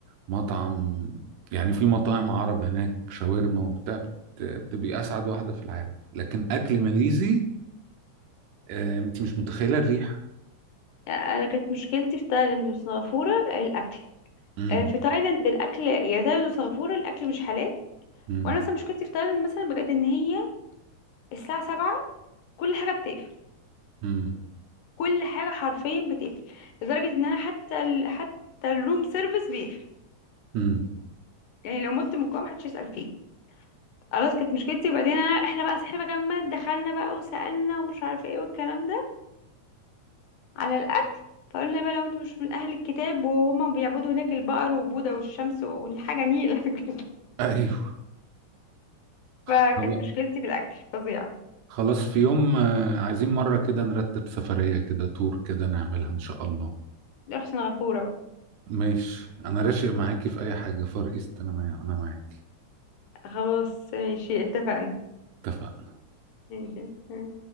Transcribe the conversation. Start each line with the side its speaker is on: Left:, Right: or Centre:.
Right: مطعم يعني في مطاعم عرب هناك شاورما وبتاع بت- بتبقي اسعد واحده في العالم لكن اكل ماليزي آه، انت مش متخيله الريحه
Left: انا كانت مشكلتي في تايلاند وسنغافوره الاكل
Right: امم
Left: آه، في تايلاند الاكل يعني تايلاند وسنغافوره الاكل مش حلال
Right: امم
Left: وانا مثلا مشكلتي في تايلاند مثلا بجد ان هي الساعة سبعة كل حاجة بتقفل
Right: امم
Left: كل حاجة حرفيا بتقفل لدرجة ان انا حتى ال... حتى الروم سيرفيس بيقفل
Right: امم
Left: يعني لو مت من الجوع محدش يسأل فيه خلاص كانت مشكلتي وبعدين أنا... احنا بقى صحينا بقى جنبنا دخلنا بقى وسألنا ومش عارفة ايه والكلام ده على الأكل فقلنا بقى لو انتوا مش من أهل الكتاب وهما بيعبدوا هناك البقر وبوذا والشمس وحاجة نيلة <laughs>
Right: ايوه
Left: فكانت
Right: خلاص
Left: مشكلتي في الأكل فظيعة
Right: خلاص في يوم آه، عايزين مره كده نرتب سفريه كده تور كده نعملها ان شاء الله
Left: رحت سنغافورة بقى
Right: ماشي انا راشق معاكي في اي حاجه فار ايست انا معايا انا معاكي
Left: خلاص ماشي اتفقنا
Right: اتفقنا
Left: ماشي